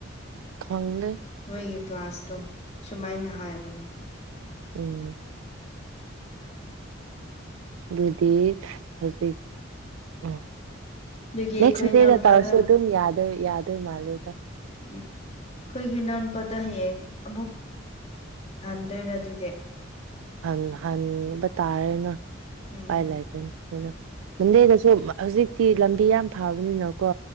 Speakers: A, on the right; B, on the left.
A: ꯈꯪꯗꯦ
B: ꯃꯣꯏꯒꯤ ꯀ꯭ꯂꯥꯁꯇꯣ ꯁꯨꯃꯥꯏꯅ ꯍꯥꯏꯕꯅꯦ
A: ꯎꯝ ꯑꯗꯨꯗꯤ ꯍꯧꯖꯤꯛ ꯎꯝ
B: ꯑꯗꯨꯒꯤ
A: ꯅꯦꯛꯁ
B: ꯑꯩꯈꯣꯏ ꯏꯅꯥꯎꯅꯨꯄꯥꯗꯣ
A: ꯗꯦꯗ ꯇꯧꯔꯁꯨ
B: ꯎꯝ
A: ꯑꯗꯨꯝ ꯌꯥꯗꯣꯏ ꯌꯥꯗꯣꯏ ꯃꯥꯂꯦꯗ
B: ꯎꯝ ꯑꯩꯈꯣꯏꯒꯤ ꯏꯅꯥꯎ ꯅꯨꯄꯥꯗ ꯍꯌꯦꯡ ꯑꯃꯨꯛ ꯍꯟꯗꯣꯏꯔ ꯑꯗꯨꯗꯤ
A: ꯍꯟ ꯍꯟꯕ ꯇꯥꯔꯦꯅ
B: ꯎꯝ
A: ꯄꯥꯏ ꯂꯩꯗꯅ ꯀꯩꯅꯣ ꯃꯟꯗꯦꯗꯁꯨ ꯍꯧꯖꯤꯛꯇꯤ ꯂꯝꯕꯤ ꯌꯥꯝ ꯐꯕꯅꯦꯅ ꯀꯣ